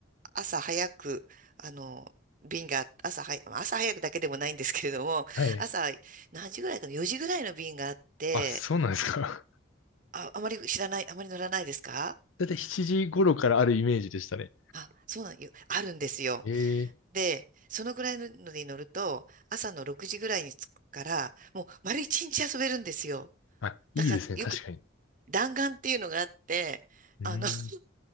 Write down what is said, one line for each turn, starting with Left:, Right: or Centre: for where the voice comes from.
Right: 朝早く、あの、便が、朝は朝早くだけでもないんですけれども、
Left: はい。
Right: 朝何時ぐらいかな、4時ぐらいの便があって、
Left: あ、そうなんですか。
Right: あ、あまり知らない、あまり乗らないですか
Left: <laughs> だいたい7時頃からあるイメージでしたね。
Right: あ、そうなんよ。あるんですよ。
Left: ええ、
Right: で、そのぐらいので乗ると、朝の6時ぐらいに着くから、もう丸一日遊べるんですよ。
Left: あ、いいですね、
Right: だからよく
Left: 確かに。
Right: 弾丸っていうのがあって、
Left: うーん。
Right: あの、<laughs>